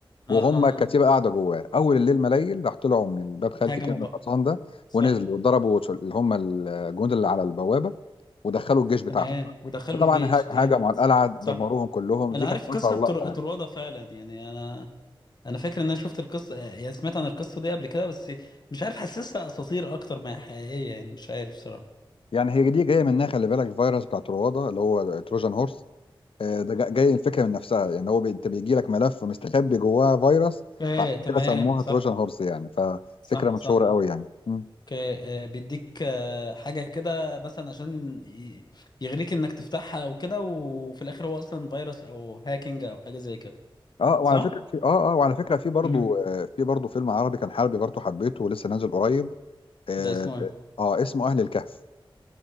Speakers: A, on the left; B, on the left.
A: وهم
B: اه آه.
A: الكتيبه قاعده جواه اول الليل ما ليل راح طلعوا من الباب خلفي
B: هاجموا
A: كده من
B: بقى
A: الحصان ده
B: صح
A: ونزلوا وضربوا اللي هم الجنود اللي على البوابه ودخلوا الجيش بتاعهم
B: تمام ودخلوا
A: فطبعا
B: الجيش
A: ه-
B: جامد
A: هاجموا على القلعه دمروهم
B: صح
A: كلهم
B: انا
A: دي
B: عارف
A: كانت
B: قصه
A: اشهر
B: طر...
A: لقطه
B: طروادة فعلا يعني انا انا فاكر ان انا شفت القصه آه، يعني سمعت عن القصه دي قبل كده بس مش عارف حسستها اساطير اكتر ما هي حقيقيه يعني مش عارف صراحه
A: يعني هي دي جايه منها خلي بالك الفيروس بتاع تروادة اللي هو تروجان هورس آه، ده جا- جاي الفكره من نفسها يعني هو بي- انت بيجي لك ملف مستخبي جواه فيروس
B: ايه
A: فعشان
B: تمام
A: كده سموها
B: صح
A: تروجان هورس يعني ففكره
B: صح
A: مشهوره
B: صح
A: قوي يعني مم.
B: اوكي آه، بيديك آه، حاجة كده مثلا عشان ي- يغريك انك تفتحها او كده وفي الاخر هو اصلا فيروس او هاكينج او حاجة زي كده
A: اه وعلى
B: صح؟
A: فكره في اه اه وعلى فكره في برضو
B: امم
A: آه، في برضو فيلم عربي كان حربي برضو حبيته ولسه نازل قريب اه,
B: ده اسمه ايه؟
A: آه آه، اسمه اهل الكهف